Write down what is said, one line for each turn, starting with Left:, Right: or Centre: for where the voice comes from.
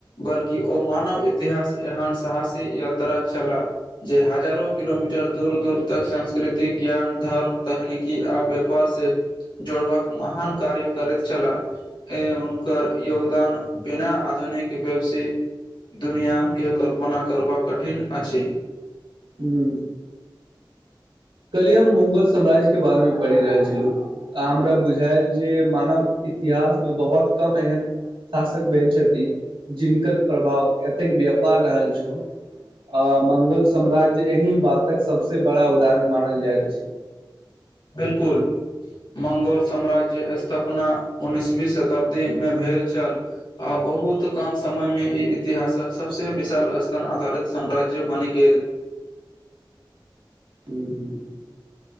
Left: बल्कि ओ मानव इतिहास एहन साहसी यात्रा। छलाह जे हजारो किलोमीटर दूर-दूर तक संस्कृति, ज्ञान, धर्म। तकनीकी आ व्यापार से। जोड़बाक महान कार्य करैत छलाह। तैं हुनकर योगदान बिना आद। निक वेबसी दुनिआाके कल्पना करबाक कठिन अछि।
Right: हूं। कहलियै हम मुंगल साम्राज्य के बारेमे पढ़ि रहल छलहुँ, आ हमरा बुझायल जे मानव इतिहास मे बहुत कम एहन शासक भेल छथिन, जिनकर प्रभाव एतेक व्यापार रहल छ। आ, मंगल साम्राज्य एहि बातक सबसे बड़ा उदाहरण मानल जाइत अछि।
Left: 'बिलकुल' मंगोल साम्राज्य स्थापना उन्नसवी शताब्दी मे भेल छल। आ बहुत कम समयमे ई इतिहासक सबसे विशाल स्थान आधारित साम्राज्य बनि गेल।
Right: हूँ,